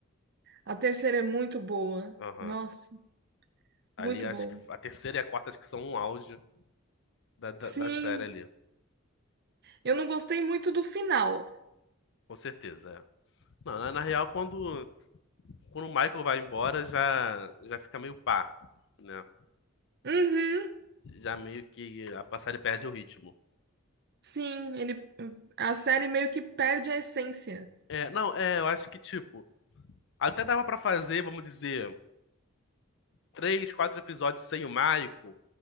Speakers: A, on the right (about 50°); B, on the left (about 60°).
A: A terceira é muito boa.
B: Aham.
A: Nossa,
B: Ali
A: muito
B: acho
A: boa.
B: que a terceira e a quarta acho que são um auge da, da,
A: Sim,
B: da série ali.
A: eu não gostei muito do final.
B: Com certeza, é. Não, na, na real, quando, quando o Michael vai embora, já, já fica meio pá, né?
A: Uhum,
B: Já meio que a série perde o ritmo.
A: sim, ele, a série meio que perde a essência.
B: É, não, é, eu acho que, tipo, até dava pra fazer, vamos dizer, três, quatro episódios sem o Michael,